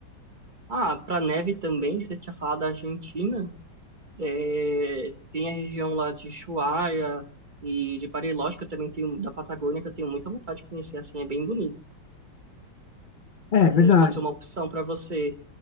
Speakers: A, on the right (about 25°); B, on the left (about 60°).
A: Ah, para neve também, você tinha falado da Argentina, é, tem a região lá de Ushuaia e de Bariloche, que eu também tenho, da Patagônia, que eu tenho muita vontade de conhecer, assim, é bem bonito.
B: É, é
A: Às
B: verdade.
A: vezes pode ser uma opção para você,